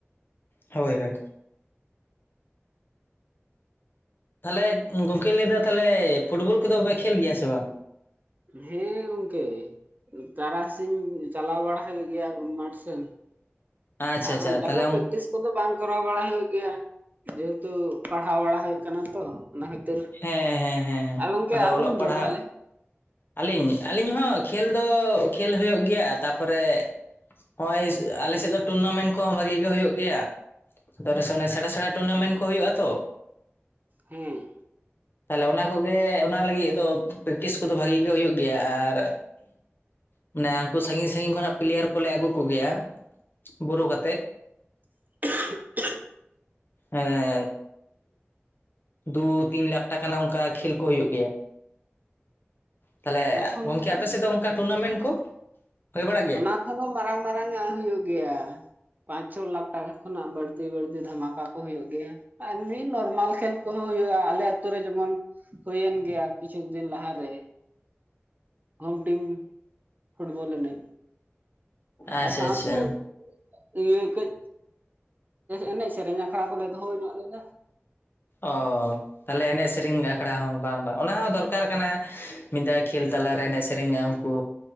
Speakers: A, on the left (about 50°); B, on the right (about 40°).
A: ᱦᱳᱭ ᱦᱳᱭ᱾ ᱛᱟᱦᱚᱞᱮ ᱜᱚᱝᱠᱮᱧ ᱞᱟᱹᱭ ᱫᱟ ᱛᱟᱦᱚᱞᱮ ᱯᱷᱩᱴᱵᱚᱞ ᱠᱚᱫᱚᱯᱮ ᱠᱷᱮᱞ ᱜᱮᱭᱟ ᱥᱮ ᱵᱟᱝ?
B: ᱦᱮᱸ ᱜᱚᱝᱠᱮ ᱛᱟᱨᱟᱥᱤᱧ। ᱪᱟᱞᱟᱣ ᱵᱟᱲᱟ ᱦᱩᱭᱩᱜ ᱜᱮᱭᱟ ᱢᱟᱴᱷ ᱥᱮᱱ
A: ᱟᱪᱪᱷᱟ
B: ᱟᱨ
A: ᱟᱪᱪᱷᱟ
B: ᱚᱱᱠᱟ
A: ᱛᱟᱦᱚᱞᱮ
B: ᱫᱚ ᱯᱮᱠᱴᱤᱥ᱾ ᱠᱚᱫᱚ ᱵᱟᱝ ᱠᱚᱨᱟᱣ ᱵᱟᱲᱟ ᱦᱩᱭᱩᱜ ᱜᱮᱭᱟ ᱡᱮᱦᱮᱛᱩ ᱯᱟᱲᱦᱟᱣ ᱵᱟᱲᱟ ᱦᱩᱭᱩᱜ ᱠᱟᱱᱟ ᱛᱚ ᱚᱱᱟ ᱠᱷᱟᱹᱛᱤᱨ᱾
A: ᱦᱮᱸ ᱦᱮᱸ ᱦᱮᱸ
B: ᱟᱨ ᱜᱚᱝᱠᱮ
A: ᱟᱫᱚ
B: ᱟᱹᱵᱤᱱ
A: ᱚᱞᱚᱜ ᱯᱟᱲᱦᱟᱜᱼᱼ
B: ᱫᱚ ᱛᱟᱦᱚᱞᱮ
A: ᱟᱹᱞᱤᱧ ᱟᱹᱞᱤᱧ ᱦᱚᱸ ᱠᱷᱮᱞ ᱫᱚ ᱠᱷᱮᱞ ᱦᱳᱭᱳᱜ ᱜᱮᱭᱟ ᱛᱟᱯᱚᱨᱮᱼᱼ ᱱᱚᱜ ᱚᱭ ᱟᱞᱮ ᱥᱮᱫ ᱫᱚ ᱴᱩᱨᱱᱟᱢᱮᱱᱴ ᱠᱚᱦᱚᱸ ᱵᱷᱟᱜᱤ ᱜᱮ ᱦᱩᱭᱩᱜ ᱜᱮᱭᱟ᱾ ᱟᱫᱚ ᱟᱞᱮ ᱥᱮᱱ ᱚᱱᱟ ᱥᱮᱬᱟ ᱥᱮᱬᱟ ᱴᱩᱨᱱᱟᱢᱮᱱᱴ ᱠᱚ ᱦᱩᱭᱩᱜᱼᱟ ᱛᱚ᱾
B: ᱦᱮᱸ᱾
A: ᱛᱟᱦᱞᱮ ᱚᱱᱟ ᱠᱚᱜᱮ ᱚᱱᱟ ᱞᱟᱹᱜᱤᱫ ᱫᱚ ᱯᱮᱠᱴᱤᱥ ᱠᱚᱫᱚ ᱵᱷᱟᱜᱤ ᱜᱮ ᱦᱩᱭᱩᱜ ᱜᱮᱭᱟ, ᱟᱨᱼᱼ ᱢᱟᱱᱮ ᱩᱱᱠᱩ ᱥᱟᱺᱜᱤᱧ ᱥᱟᱺᱜᱤᱧ ᱠᱷᱚᱱᱟᱜ ᱯᱞᱮᱭᱟᱨ ᱠᱚᱞᱮ ᱟᱹᱜᱩ ᱠᱚ ᱜᱮᱭᱟ ᱵᱳᱨᱳ ᱠᱟᱛᱮᱫ᱾
B: <unintelligible>
A: ᱦᱮᱸ ᱫᱩ ᱛᱤᱱ ᱞᱟᱠᱷ ᱴᱟᱠᱟ ᱨᱮᱱᱟᱜ ᱚᱱᱠᱟ ᱠᱷᱮᱞ ᱠᱚ ᱦᱩᱭᱩᱜ ᱜᱮᱭᱟ᱾ ᱛᱟᱦᱞᱮ
B: ᱚᱱᱟ ᱠᱷᱚᱱ
A: ᱜᱚᱝᱠᱮ
B: ᱦᱚᱸᱛᱚ
A: ᱟᱯᱮ ᱥᱮᱫ ᱫᱚ ᱚᱱᱠᱟ ᱴᱩᱨᱱᱟᱢᱮᱱᱴ ᱠᱚ? ᱦᱩᱭ ᱵᱟᱲᱟᱜ ᱜᱮᱭᱟ
B: ᱚᱱᱟ ᱠᱷᱚᱱ ᱦᱚᱸ ᱢᱟᱨᱟᱝ ᱢᱟᱨᱟᱝ ᱟᱜ ᱦᱩᱭᱩᱜ ᱜᱮᱭᱟ᱾ ᱯᱟᱸᱪ ᱪᱷᱚ ᱞᱟᱠᱷ ᱴᱟᱠᱟ ᱠᱷᱚᱱᱟᱜ ᱵᱟᱹᱲᱛᱤ ᱵᱟᱹᱲᱛᱤ ᱫᱷᱟᱢᱟᱠᱟ ᱠᱚ ᱦᱩᱭᱩᱜ ᱜᱮᱭᱟ ᱟᱨ ᱮᱢᱱᱤ ᱱᱚᱨᱢᱟᱞ ᱠᱷᱮᱞ ᱠᱚ᱾ ᱦᱚᱸ ᱦᱩᱭᱩᱜᱼᱟ ᱟᱞᱮ ᱟᱛᱳ ᱨᱮ ᱡᱮᱢᱚᱱ ᱦᱩᱭᱳᱮᱱ ᱜᱮᱭᱟ ᱠᱤᱪᱷᱩᱠ ᱫᱤᱱ ᱞᱟᱦᱟᱨᱮ᱾ ᱦᱳᱢ ᱴᱤᱢ ᱯᱷᱩᱴᱵᱚᱞ ᱮᱱᱮᱡ
A: ᱟᱪᱪᱷᱟ
B: ᱟᱨ ᱥᱟᱶᱛᱮᱼᱼ
A: ᱟᱪᱪᱷᱟ
B: ᱤᱭᱟᱹ ᱠᱟᱹᱡᱼᱼ ᱮᱱᱮᱡ ᱥᱮᱨᱮᱧ ᱟᱠᱷᱲᱟ ᱠᱚᱞᱮ ᱫᱚᱦᱚ ᱧᱚᱜ ᱞᱮᱫᱟ᱾
A: ᱚᱻ ᱛᱟᱦᱞᱮ ᱮᱱᱮᱡ ᱥᱮᱨᱮᱧ ᱟᱠᱷᱲᱟ ᱦᱚᱸ ᱵᱟᱝ ᱵᱟᱝ ᱚᱱᱟ ᱦᱚᱸ ᱫᱚᱨᱠᱟᱨ ᱠᱟᱱᱟ ᱢᱤᱫ ᱫᱷᱟᱣ ᱠᱷᱮᱞ ᱛᱟᱞᱟᱨᱮ ᱮᱱᱮᱡ ᱥᱮᱨᱮᱧᱟ ᱩᱱᱠᱩᱼᱼ